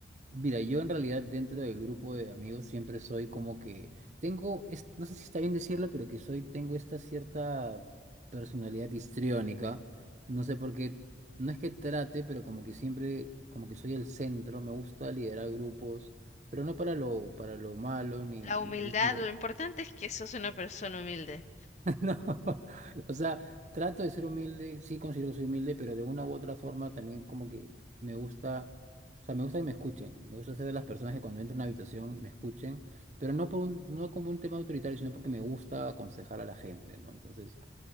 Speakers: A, on the right (about 40°); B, on the left (about 40°).
A: mira, yo en realidad dentro del grupo de amigos siempre soy como que tengo, es- no sé si está bien decirlo, pero que soy, tengo esta cierta personalidad histriónica. No sé por qué, no es que trate, pero como que siempre, como que soy el centro, me gusta liderar grupos, pero no para lo, para lo malo, ni,
B: La humildad,
A: ni, ni quiero-
B: lo importante es que sos una persona humilde.
A: no, <laughs> o sea, trato de ser humilde, sí considero que soy humilde, pero de una u otra forma también como que me gusta, o sea, me gusta que me escuchen, me gusta ser de las personas que cuando entro a una habitación me escuchen, pero no por un, no como un tema autoritario, sino porque me gusta aconsejar a la gente, ¿no? Entonces,